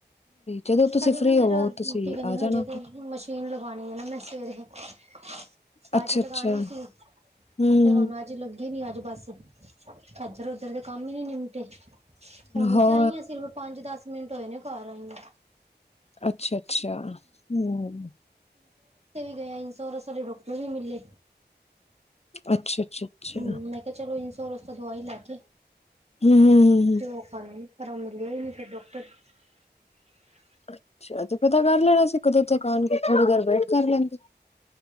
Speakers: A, on the left; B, on the right.
A: ਜਦੋਂ ਤੁਸੀਂ
B: ਹਜੇ
A: ਫ੍ਰਰੀ
B: ਨਾ ਮੇਰਾ
A: ਹੋਵੋ ਤੁਸੀਂ
B: ਕੀ ਕ
A: ਆ ਜਾਣਾ
B: ਹਜੇ ਤੇ
A: ਫਿਰ
B: ਮਸ਼ੀਨ ਲਗਣੀ ਹੈ ਨਾ ਮੈਂ ਸਵੇਰੇ <unintelligible>
A: ਅੱਛਾ-ਅੱਛਾ
B: ਅੱਜ ਲਗਾਣੀ ਸੀ
A: ਹੂੰ
B: ਫਿਰ ਉਹਣ ਅੱਜ ਲੱਗੀ। ਨੀ ਅੱਜ ਬਸ ਇੱਧਰ ਉਧਰ ਦੇ ਕੰਮ ਹੀ ਨ ਨਿਪਟੇ, ਹੁਣ
A: ਹਾਂ
B: ਤੇ ਆਈਏ ਅਸੀਂ ਰੋ ਪੰਜ ਦਸ ਮਿੰਟ ਹੋਏ ਨੇ, ਘਰ ਆਈ ਆ
A: ਅੱਛਾ ਅੱਛਾ ਹੂੰ,
B: ਇੰਨ ਸੋਰ ਰੁਕ ਰੀ ਮਿਲੇ,
A: ਅੱਛਾ-ਅੱਛਾ-ਅੱਛਾ
B: ਹੂੰ ਮੈਂ ਕਿਹਾ ਚਲੋ ਇੰਸੋਰਸ ਤੋਂ ਦਵਾਈ ਲੈ ਕੇ
A: ਹੂੰ-ਹੂੰ-ਹੂੰ
B: ਤੇ ਉਹ ਕਰ ਪਰ ਮਿਲਿਆ ਹੀ ਨੀ ਫਿਰ ਡਾਕਟਰ <unintelligible>
A: ਅੱਛਾ ਤੇ ਪਤਾ ਕਰ ਲੈਣਾ ਸੀ ਕਦੋਂ ਤੱਕ ਆਣਗੇ ਥੋੜੀ ਦੇਰ ਵੇਟ ਕਰ ਲੈਂਦੇ।